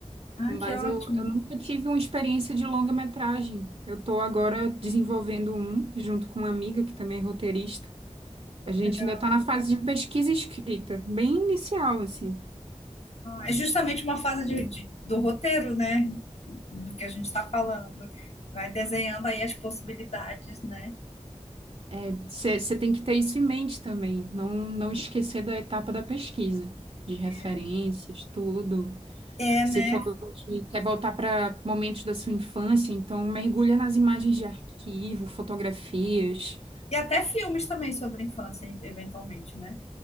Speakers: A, on the left (about 60°); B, on the right (about 55°).
A: Ah,
B: Mas
A: que ótimo.
B: eu, eu nunca tive uma experiência de longa-metragem. Eu estou agora desenvolvendo um, junto com uma amiga que também é roteirista. A gente
A: Legal.
B: ainda está na fase de pesquisa e escrita, bem inicial, assim.
A: É justamente uma fase de, de- do roteiro, né? Do que a gente está falando. Vai desenhando aí as possibilidades, né?
B: É, você tem que ter isso em mente também, não, não esquecer da etapa da pesquisa, de referências,
A: É,
B: tudo.
A: é,
B: Você
A: né?
B: falou que quer voltar para momentos da sua infância, então mergulha nas imagens de arquivo, fotografias.
A: E até filmes também sobre infância, eventualmente, né?